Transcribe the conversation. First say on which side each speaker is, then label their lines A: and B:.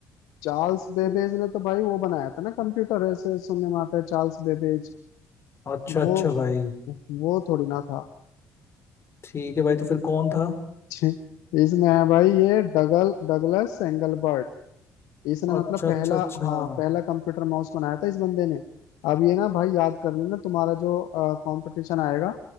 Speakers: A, on the left (about 75°); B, on the left (about 40°).
A: चार्ल्स बेबेज
B: तो
A: ने तो भाई वो बनाया था ना कंप्यूटर ऐसे सुनने में आता है चार्ल्स बेबेज
B: अच्छा
A: वो
B: अच्छा भाई
A: वो थोड़ी ना था
B: ठीक है भाई तो फिर कौन था
A: छी, इसमें है भाई ये डगल डगलस एंगलबर्ट इसने मतलब
B: अच्छा
A: पहला
B: अच्छा अच्छा
A: हाँ पहला कंप्यूटर माउस बनाया था इस बंदे ने अब ये ना भाई याद कर लेना तुम्हारा जो कंपटीशन आएगा